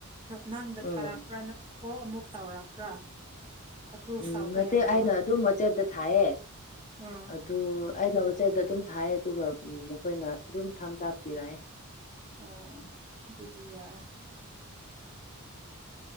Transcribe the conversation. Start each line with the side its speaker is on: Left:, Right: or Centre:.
Right: ꯅꯪꯗ
Left: ꯎꯝ
Right: ꯊꯥꯔꯛꯄ꯭ꯔꯥ ꯅ ꯀꯣ ꯑꯃꯨꯛ ꯇꯧꯔꯛꯄ꯭ꯔꯥ ꯑꯦꯄ꯭ꯔꯨꯞ
Left: ꯎꯝ
Right: ꯇꯧꯈ꯭ꯔꯦ
Left: ꯃꯇꯦꯛ
Right: ꯍꯥꯏꯕꯗꯣ
Left: ꯑꯩꯅ ꯑꯗꯨꯝ ꯃꯆꯦꯠꯇ ꯊꯥꯏꯑ
Right: ꯑꯥ
Left: ꯑꯗꯨ ꯑꯩꯅ ꯍꯣꯠꯆꯩꯗ ꯑꯗꯨꯝ ꯊꯥꯏ ꯑꯗꯨꯒ ꯃꯈꯣꯏꯅ ꯑꯗꯨꯝ ꯊꯥꯝꯖꯥ ꯄꯤꯔꯛꯑꯦ
Right: ꯑꯣ ꯑꯗꯨꯗꯤ ꯌꯥ